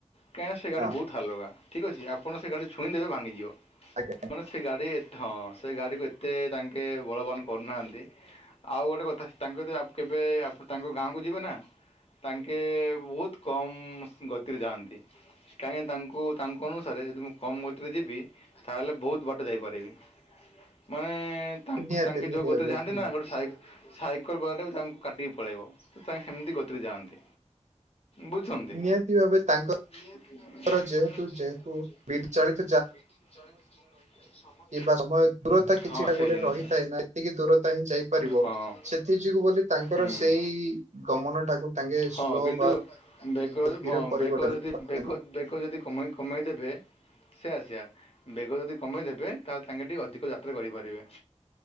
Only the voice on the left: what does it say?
କାହିଁକିନା ସେ ଗାଡ଼ି
ବହୁତ ହଲୁକା। ଠିକ୍ ଅଛି, ଆପଣ ସେ ଗାଡ଼ି ଛୁଇଁ ଦେବେ ଭାଙ୍ଗିଯିବ।
ମାନେ ସେ ଗାଡି ଥ ସେ ଗାଡିକୁ ଏତେ ତାଙ୍କେ ବଳବାନ କରିନାହାନ୍ତି ଆଉ ଗୋଟେ କଥା, ତାଙ୍କ ଯେ କେବେ ଆପ ତାଙ୍କ ଗାଁକୁ ଯିବେନା ତାଙ୍କେ ବହୁତ କମ ଗତିରେ ଯାଆନ୍ତି, କାହିଁକି ନା ତାଙ୍କୁ ତାଙ୍କ ଅନୁସାରେ ଯଦି ମୁଁ କମ ଗତି ଯଦି ଯିବି ତାହେଲେ, ବହୁତ ବାଟ ଯାଇପାରିବି। ମାନେ ତାଙ୍କୁ
ତାଙ୍କେ
ଯୋଉ ଗତିରେ
ଯାଆନ୍ତିନା
ଗୋଟେ ସାଇ ସାଇକେଲ ବାଲାଟା ବି ତାଙ୍କୁ କାଟିକି ପଳେଇବ ତାଙ୍କେ ସେମିତି ଗତିରେ ଯାଆନ୍ତି। ବୁଝନ୍ତି।
<unintelligible>
ହଁ ସେଇ
ଜିନିଷ।
ହଁ।
ହୁଁ।
ହଁ
କିନ୍ତୁ
ବେଗ ଯଦି
ହଁ
ବେଗ ଯଦି ବେ ବେଗ ଯଦି କମାଇ କମାଇଦେବେ ସେଇୟା, ସେଇୟା ବେଗ ଯଦି କମାଇଦେବେ ତାହାଲେ ତାଙ୍କେ ଟିକେ ଅଧିକ ଯାତ୍ରେ କରିପାରିବେ।